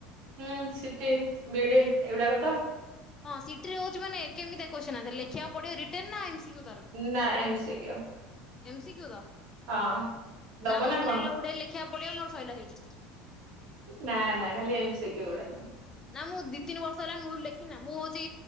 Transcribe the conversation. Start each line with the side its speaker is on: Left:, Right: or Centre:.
Right: ହୁଁ ସିଟି ବିଇଡ଼ି ଏଗୁଡାକ ତ
Left: ହଁ ସିଟି ରେ ହଉଛି ମାନେ କେମତିଆ କ୍ୱଶ୍ଚିନ ଆନ୍ସର୍ ଲେଖିବାକୁ ପଡିବ ରିଟେନ ନା ଏମ୍ ସି କ୍ୟୁ ଦବ।
Right: ନାଁ M C Q.
Left: M C Q ତ
Right: ହଁ ଦବ
Left: ନା ମତେ
Right: କଣ?
Left: ଲାଗିଲା ଗୁଡେ ଲେଖିବାକୁ ପଡିବ ମୋର ସଇଲା ସେଇଠି।
Right: ନା ନା ଖାଲି ଏମି ସି କ୍ୟୁ ଗୁଡାକ।
Left: ନା ମୁଁ ଦି ତିନି ବର୍ଷ ହେଲା ମୁଳରୁ ଲେଖିନି ନାଁ ମୁଁ ହଉଛି